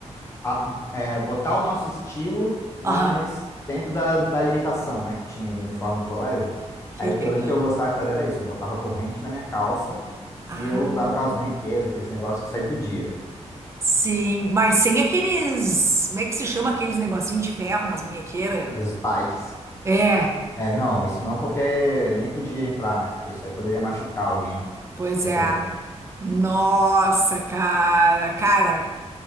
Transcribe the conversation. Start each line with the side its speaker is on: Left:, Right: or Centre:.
Left: a- é, botar o nosso estilo, mas
Right: aham.
Left: dentro da, da limitação, né, que tinha do uniforme do colégio.
Right: Que
Left: Aí o que
Right: legal.
Left: eu lembro que eu gostava de fazer era isso: eu botava corrente na minha calça
Right: Ah,
Left: e eu usava aquelas munhequeiras, aqueles negócios que só aí podia,
Right: sim. Mas sem aqueles, como é que se chama aqueles negocinhos de ferro nas munhequeiras?
Left: os spikes.
Right: É,
Left: É, não, isso não, porque nem podia entrar, né? Porque isso aí poderia machucar alguém,
Right: pois
Left: dependendo.
Right: é. Nossa, cara. Cara,